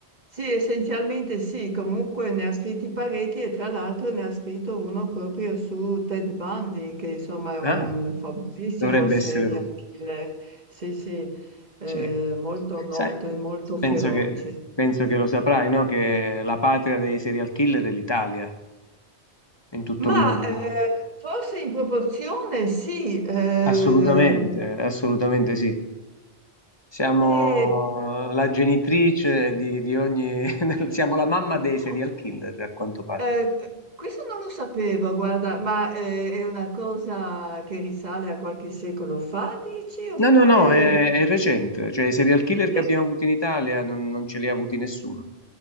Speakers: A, on the right; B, on the left.
A: Sì, essenzialmente sì, comunque ne ha scritti parecchi e tra l'altro ne ha scritto uno proprio su Ted Bundy, che insomma è un
B: Ah,
A: famosissimo
B: dovrebbe
A: serial
B: essere lui.
A: killer, sì, sì, eh,
B: Sì.
A: molto noto
B: Sai,
A: e molto
B: penso
A: feroce.
B: che, penso che lo saprai, no? Che la patria dei serial killer è l'Italia, in tutto
A: Ma
B: il mondo.
A: eh, forse in proporzione sì, ehm,
B: Assolutamente, assolutamente sì. Siamo
A: eh,
B: la genitrice di, di ogni... <laughs> siamo la mamma dei serial
A: no,
B: killer, a quanto pare.
A: eh, questo non lo sapevo, guarda, ma eh, è una cosa che risale a qualche secolo fa, dici, oppure...
B: No, no, no, è, è recente. Cioè, i serial killer che
A: Eh,
B: abbiamo avuto in Italia non, non ce li ha avuti nessuno.